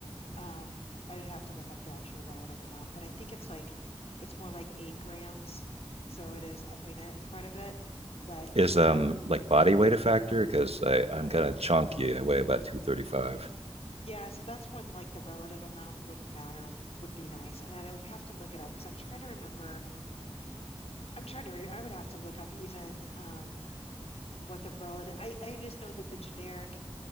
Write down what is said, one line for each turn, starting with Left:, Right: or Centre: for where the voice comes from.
Left: Um, I'd have to look up the actual relative amount, but I think it's like it's more like eight grams, so it is upping it quite a bit. But
Right: Is um
Left: I
Right: like body weight a factor? Because I I'm kind of chunky. I weigh about two thirty five.
Left: Yeah, so that's when like the relative amount would matter would be nice. And then I would have to look it up because I'm trying to remember. I'm trying to re I would have to look up even um what the relative I, I just know that the generic